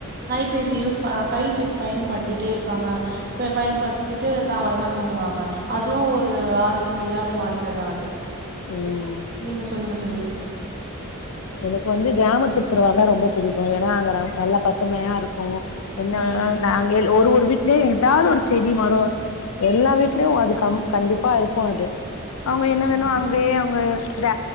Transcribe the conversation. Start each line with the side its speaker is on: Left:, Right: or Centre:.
Right: கைபேசி யூஸ் ப கைபேசி பயன் படுத்திட்டே இருப்பாங்க. ப பயன்படுத்திட்டு தாமதமா தூங்குவாங்க அதுவு ஒரு ஆரோக்கியமில்லாத வாழ்க்க தா அது
Left: ம்
Right: நீங்க சொல்லுங்க தோழி <unintelligible>
Left: எனக்கு வந்து கிராமத்து புற வாழ்னா ரொம்ப புடிக்கு ஏன்னா அங்க ரம் நல்லா பசுமையா ருக்கு என்னா
Right: ம்
Left: அ நாங்க <unintelligible> ஒரு ஒரு வீட்ல்யு எதாவது ஒரு செ டி மரம் எல்லா வீட்லியு அது கம் கண்டிப்பா இருக்கு அது அவுங்க என்ன
Right: ம்
Left: வேனு அங்கயே அவுங்க ற